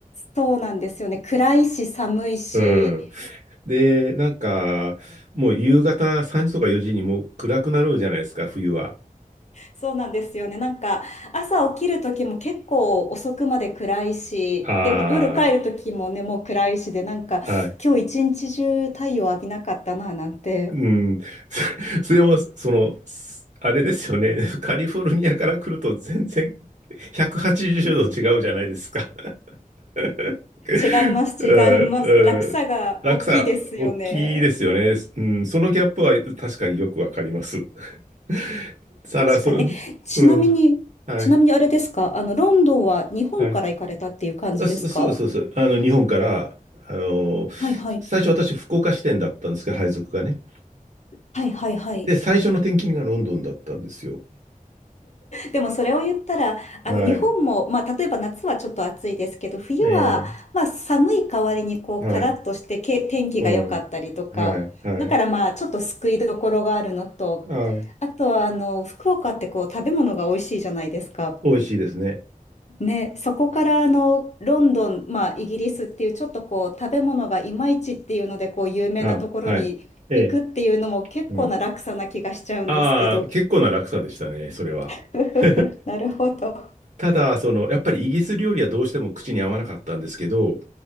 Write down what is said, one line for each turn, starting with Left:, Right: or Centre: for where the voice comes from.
Left: そうなんですよね。暗いし、寒いし、
Right: うん。で、なんか、もう夕方3時とか4時にもう暗くなるじゃないですか、冬は。
Left: そうなんですよね。なんか、朝起きる時も結構遅くまで暗いし、
Right: あ
Left: で、夜帰る時もね、もう暗いしで、なんか、
Right: あ、はい。
Left: 今日一日中太陽浴びなかったな、なんて。
Right: うん。<laughs> それも、その、すあれですよね。カリフォルニアから来ると全然180度違うじゃないですか。<laughs>
Left: 違います、
Right: うんうん落差、
Left: 違います。落差が大きいですよね。
Right: 大きいですよね。うん、そのギャップは確かによくわかります。<laughs> さら、
Left: 確かに。
Right: そ、うん。
Left: え、ちなみに、
Right: はい、
Left: ちなみにあれですかあの、ロンドンは日本から行かれたっていう感じですか
Right: はい。あ、そそうです、そうです。あの、日本から、あの、
Left: はいはい。
Right: 最初私、福岡支店だったんですけど、配属がね。
Left: はいはいはい。
Right: で、最初の転勤がロンドンだったんですよ。
Left: でもそれを言ったら、あの、
Right: はい。
Left: 日本も、まあ、例えば夏はちょっと暑いですけど、冬は、
Right: え
Left: まあ、寒い代わりに、こう、
Right: え、はい。
Left: カラッとしてけ、天気が良かったりとか、
Right: うん。はい、はい。
Left: だからまあ、ちょっと救いどころがあるのと、
Right: はい。
Left: あとは、あの、福岡ってこう、食べ物が美味しいじゃないですか。
Right: 美味しいですね。
Left: ね、そこからあのロンドン、まあ、イギリスっていうちょっとこう食べ物がいまいちっていうのでこう有名なところに行くっていうのも結構な落差な気がしちゃうんですけど。
Right: あ、はい。ええ。うんああ、結構な落差でしたね、それは。
Left: <laughs>
Right: <laughs>
Left: なるほど。
Right: ただ、その、やっぱりイギリス料理はどうしても口に合わなかったんですけど、